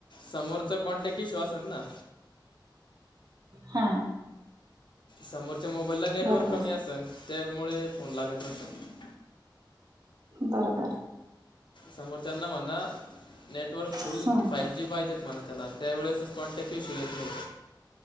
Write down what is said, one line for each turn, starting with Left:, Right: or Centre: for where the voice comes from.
Left: समोरचं कोॉण्टॅक् की श्वासन ना
Right: हा
Left: समोरच्या मोबाईलला नेटवर्क
Right: बरोबर
Left: कमी असत त्यामुळे फोन लागत नसत
Right: बरोबर
Left: समोरच्याना म्हणणा नेटवर्क फुल
Right: हम्म
Left: फाईव जी पाहिजेत मानासाला त्यावेळेस स्पॉन्टॅक्ट शि येत नाही